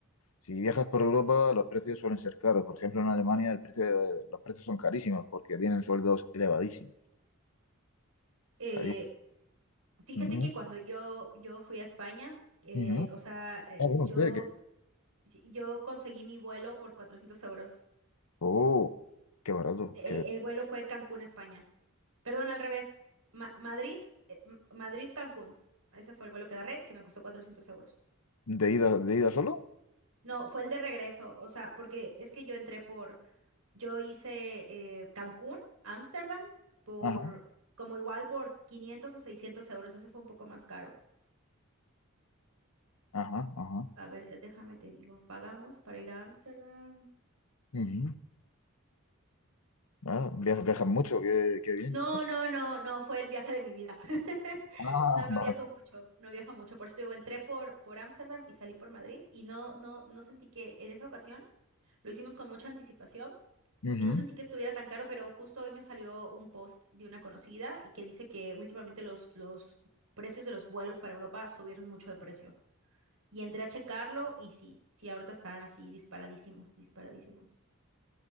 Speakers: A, on the left; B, on the right.
A: si viajas por Europa los precios suelen ser caros, por ejemplo en Alemania el precio, eh, los precios son carísimos porque tienen sueldos elevadísimos.
B: Eh,
A: Allí-
B: fíjate
A: Ujú,
B: que cuando yo, yo fui a España, eh,
A: ujú.
B: o sea, eh,
A: Ah, bueno,
B: yo,
A: usted,
B: si, yo conseguí mi vuelo por 400 euros.
A: Oh, qué barato.
B: De-
A: Qué...
B: el vuelo fue Cancún, España. Perdón, al revés. Ma- Madrid, eh, M- Madrid, Cancún. Ese fue el vuelo que agarré, que me costó 400 euros.
A: ¿De ida, de ida solo?
B: No, fue el de regreso, o sea, porque es que yo entré por, yo hice eh, Cancún, Ámsterdam, por,
A: Ajá,
B: como igual por 500 o 600 euros, ese fue un poco más caro.
A: ajá, ajá.
B: A ver, eh, déjame te digo, ¿pagamos para ir a Ámsterdam?
A: Ujú. Ah, viajas, viajas mucho, qué, qué bien.
B: No,
A: Eso.
B: no, no, no, fue el viaje de mi vida. <laughs>
A: Ah,
B: No, no
A: vale.
B: viajo mucho, no viajo mucho, por eso te digo, entré por, por Ámsterdam y salí por Madrid y no, no, no sentí que en esa ocasión lo hicimos con mucha anticipación
A: Ujú.
B: Y no sentí que estuviera tan caro, pero justo hoy me salió un post de una conocida y que dice que últimamente los, los precios de los vuelos para Europa subieron mucho de precio. Y entré a checarlo y sí, sí, ahorita están así disparadísimos, disparadísimos.